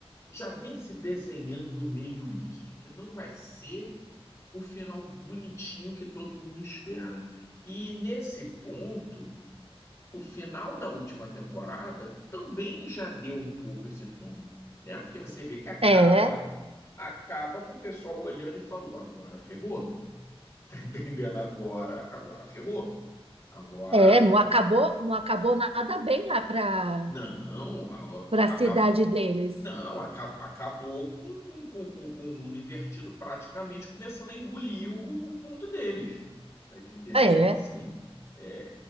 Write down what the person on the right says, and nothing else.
é, é.
É, Não acabou, não acabou nada bem lá para
para a
cidade deles.
É,
é,